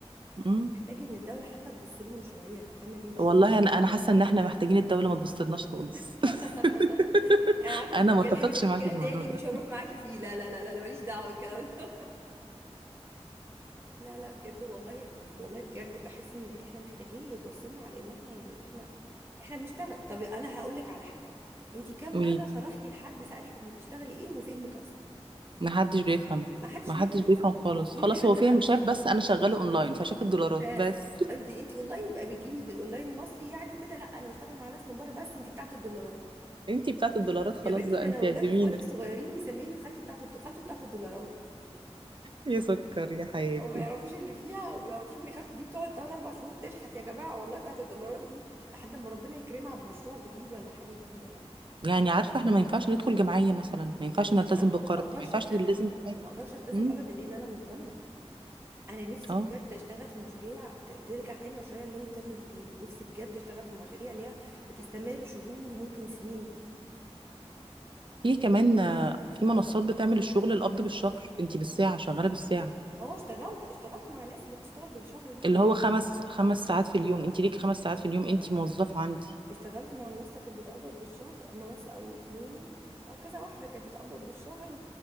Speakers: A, on the right; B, on the right.
A: مم.
B: يعني محتاج ان الدوله حتى تبص لهم شويه تهتم بيهم شويه
A: والله انا انا حاسة ان احنا محتاجين الدولة ما تبصلناش خالص
B: <laughs>
A: <laughs>
B: انا عارفه انت
A: انا
B: بتتكلمي
A: ما اتفقش
B: من اتجاه
A: معاكي في
B: تاني
A: الموضوع ده
B: مش هروح معاكي فيه لا لا لا لا لا، ماليش دعوه بالكلام ده لا لا بجد والله والله بجد بحس ان احنا محتاجين يتبصلنا على ان احنا يعني احنا احنا بنشتغل طب انا هقول لك على حاجه انت كم
A: قولي
B: مره شرحتي لحد سالك انت بتشتغلي ايه وفهمك اصلا
A: ما حدش بيفهم
B: ما حدش
A: ما
B: بيفهم
A: حدش بيفهم خالص
B: تقولي
A: خلاص
B: لحد
A: هو فاهم
B: انا
A: شايف بس انا شغالة اونلاين فشاف الدولارات
B: بس
A: بس
B: انت انت اونلاين يبقى بتجيبي ب- اونلاين مصري يعني وكده لا انا بشتغل مع ناس من بره بس انت بتاعت الدولارات
A: <laughs> انت بتاعت الدولارات خلاص
B: يا بنتي
A: بقى
B: ده
A: انت
B: انا اولاد
A: اعزمينا
B: اخواتي الصغيرين مسميني خالتي بتاعت الد- خالته بتاعت الدولارات
A: يا سكر يا حياتي
B: هو ما يعرفوش اللي فيها وما يعرفوش ان خالته دي بتقعد 3 4 شهور تشحت يا جماعه والله بتاعت الدولارات دي لحد ما ربنا يكرمها بمشروع جديد ولا حاجه جديده يعني
A: يعني عارفة احنا ما ينفعش ندخل جمعية مثلا ما ينفعش نلتزم
B: ما
A: بقرض
B: ما اقدرش
A: ما ينفعش
B: التزم
A: نلتزم بحاجة
B: ما اقدرش التزم
A: امم
B: ابدا لان انا مش ضامنه انا نفسي
A: اه
B: بجد اشتغل في مشاريع ت- ترجع تاني مشاريع اللونج تيرم دي تاني نفسي بجد اشتغل في مشاريع اللي هي بتستمر شهور وممكن سنين دي
A: في كمان آه، في منصات بتعمل الشغل القبض بالشهر انت بالساعة شغالة بالساعة
B: اه اشتغلت اشتغلت مع ناس اللي بتشتغل بالشهر دي
A: اللي هو خمس خمس ساعات في اليوم انت ليكي خمس ساعات في اليوم انت موظفة عندي
B: اشتغلت مع منصه كانت بتقبض بالشهر منصه او اتنين او كذا واحده كانت بتقبض بالشهر